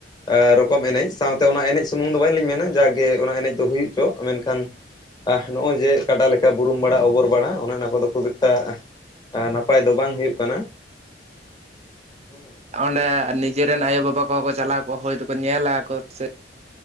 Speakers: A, on the left (about 25°); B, on the right (about 35°).
A: ᱟ ᱨᱚᱠᱚᱢ ᱮᱱᱮᱡ ᱥᱟᱶᱛᱮ ᱚᱱᱟ ᱮᱱᱮᱡ ᱥᱩᱢᱩᱝ ᱫᱚ ᱵᱟᱞᱤᱧ ᱢᱮᱱᱟ, ᱡᱟᱜᱮ ᱚᱱᱟ ᱮᱱᱮᱡ ᱫᱚ ᱦᱩᱭᱪᱚᱜ ᱢᱮᱱᱠᱷᱟᱱ ᱟᱨ ᱱᱚᱜᱼᱚᱭ ᱡᱮ ᱠᱟᱰᱟ ᱞᱮᱠᱟ ᱵᱩᱨᱩᱢ ᱵᱟᱲᱟ ᱚᱵᱚᱨ ᱵᱟᱲᱟ, ᱚᱱᱮ ᱚᱱᱟ ᱠᱚᱫᱚ ᱠᱷᱩᱵ ᱮᱠᱴᱟ ᱟ ᱱᱟᱯᱟᱭ ᱫᱚ ᱵᱟᱝ ᱦᱳᱭᱩᱜ ᱠᱟᱱᱟ᱾ ᱦᱩᱸ
B: ᱚᱸᱰᱮ ᱱᱤᱡᱮᱨᱮᱱ ᱟᱭᱳᱼᱵᱟᱵᱟ ᱠᱚᱦᱚᱸ ᱠᱚ ᱪᱟᱞᱟᱣ ᱠᱚᱣᱟ, ᱦᱚᱭᱛᱳ ᱠᱚ ᱧᱮᱞᱟ ᱠᱚ ᱥᱮ